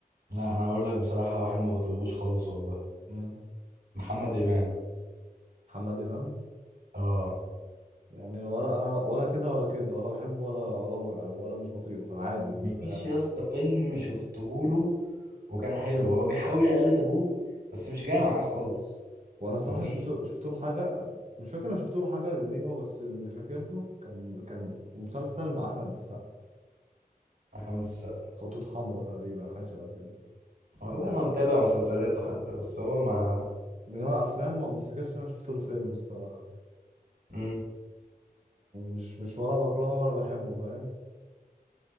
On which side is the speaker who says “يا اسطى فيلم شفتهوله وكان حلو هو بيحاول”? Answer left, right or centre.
Right